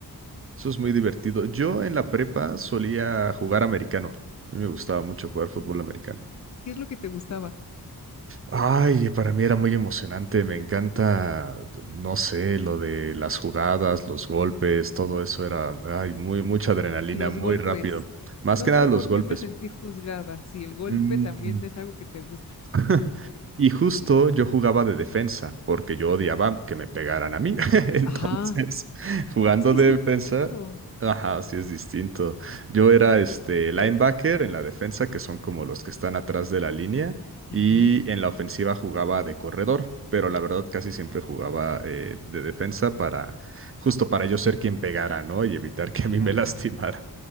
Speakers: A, on the right; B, on the left.
A: Eso es muy divertido. Yo en la prepa solía jugar americano. A mí me gustaba mucho jugar fútbol
B: No.
A: americano.
B: ¿Qué es lo que te gustaba?
A: Ay, para mí era muy emocionante. Me encanta, no sé, lo de las jugadas, los golpes, todo eso era, ay, muy, mucha adrenalina,
B: Los
A: muy
B: golpes.
A: rápido. Más
B: No
A: que nada
B: sé
A: los
B: por
A: golpes.
B: qué me sentí juzgada, si el golpe
A: Mm.
B: también es algo que te gusta.
A: <laughs> Y justo yo jugaba de defensa, porque yo odiaba que me pegaran a mí. <laughs> Entonces,
B: Ajá.
A: jugando
B: Es que
A: de
B: sí es
A: defensa,
B: distinto.
A: ajá, sí es distinto. Yo era este linebacker en la defensa, que son como los que están atrás de la línea, y
B: Ujú,
A: en la ofensiva jugaba de corredor, pero la verdad casi siempre jugaba eh, de defensa para, justo para yo ser quien pegara, ¿no? Y evitar que a
B: claro.
A: mí me <laughs> lastimaran.